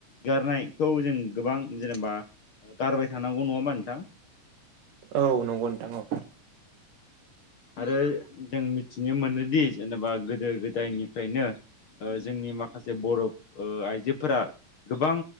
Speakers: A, on the left (about 55°); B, on the right (about 75°).
A: गारनायखौ जों गोबां जेनेबा गारबाय थानांगौ नङा होमबा नोंथां।
B: औ नंगौ नोंथां औ।
A: आरो जों मिथिनो मोनोदि जेनेबा गोदो गोदायनिफ्रायनो जोंनि माखासे बर' ओ आइ जोफोरा गोबां